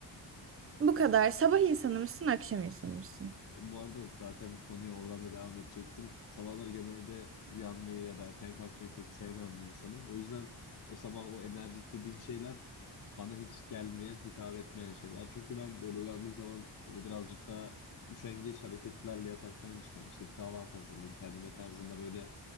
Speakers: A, on the right; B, on the left.
A: bu kadar. Sabah insanı mısın, akşam insanı mısın?
B: Bu arada zaten konuya oradan da devam edecektim. Sabahları genelde uyanmayı ya da erken kalkmayı pek sevmeyen bir insanım. O yüzden o sabah o enerjik dediğin şeyler bana hiç gelmeyen, hitap etmeyen şeyler. Çünkü ben böyle uyandığım zaman böyle birazcık daha üşengeç hareketlerle yataktan çıkan işte bir kahvaltı hazırlayayım kendime tarzında böyle